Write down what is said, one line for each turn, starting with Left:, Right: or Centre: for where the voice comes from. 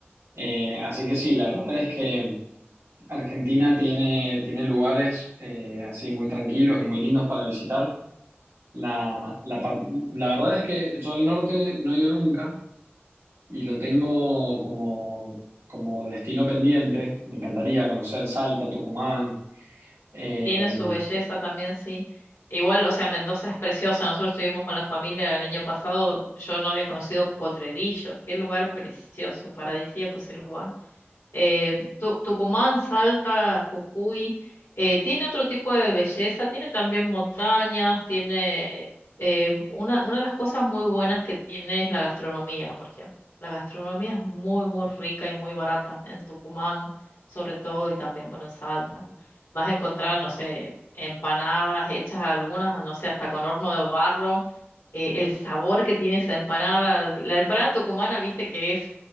Right: Eh, así que sí, la verdad es que Argentina tiene, tiene lugares eh, así muy tranquilos, muy lindos para visitar. La, la, pa- la verdad es que yo al norte no he ido nunca, y lo tengo como, como destino pendiente. Me encantaría conocer Salta, Tucumán. Eh,
Left: Tiene su belleza también, sí. Igual, o sea, Mendoza es preciosa. Nosotros estuvimos con la familia el año pasado. Yo no había conocido Potrerillos. Qué lugar precioso, paradisíaco ese lugar eh, Tu- Tucumán, Salta, Jujuy, eh, tiene otro tipo de belleza, tiene también montañas, tiene eh, una, una de las cosas muy buenas que tiene es la gastronomía, por ejemplo. La gastronomía es muy, muy rica y muy barata en Tucumán, sobre todo, y también, bueno, en Salta. Vas a encontrar, no sé, empanadas hechas algunas, no sé, hasta con horno de barro. eh, el sabor que tiene esa empanada, la empanada tucumana, viste que es,